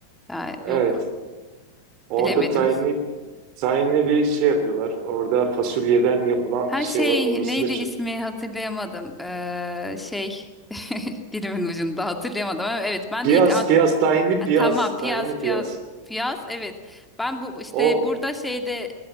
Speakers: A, in the centre; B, on the right.
A: Ya
B: Evet.
A: yok
B: Orada
A: bilemedim.
B: tahinli tahinli bir şey yapıyorlar. Orada fasulyeden yapılan
A: Her
B: bir şey
A: şey
B: var. Orası
A: neydi
B: da çok.
A: ismi hatırlayamadım. Ee, şey <laughs> dilimin ucunda hatırlayamadım ama evet ben
B: Piyaz,
A: de ilk an-
B: piyaz, tahinli
A: ha,
B: piyaz,
A: tamam piyaz
B: tahinli
A: piyaz
B: piyaz.
A: piyaz evet. Ben bu işte
B: O
A: burada şeyde